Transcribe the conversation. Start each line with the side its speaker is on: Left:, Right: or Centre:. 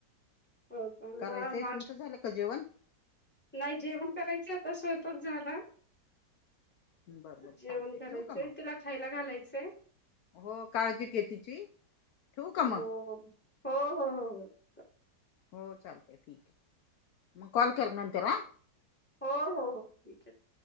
Centre: हो का
Left: करायचंय
Centre: हा माझ
Left: तुमचं झालं का जेवण
Centre: नाही जेवण करायच तस स्वयंपाक झाला.
Left: बरं बरं
Centre: जेवण
Left: चालतंय
Centre: करायचंय
Left: ठेवू का मग
Centre: तिला खायला घालायचंय.
Left: हो काळजी घे तिची. ठेवू
Centre: हो,
Left: का मग
Centre: हो, हो ह.
Left: हो चालतय ठीक आहे मग कॉल कर नंतर ह.
Centre: हो, हो, हो, ठीक,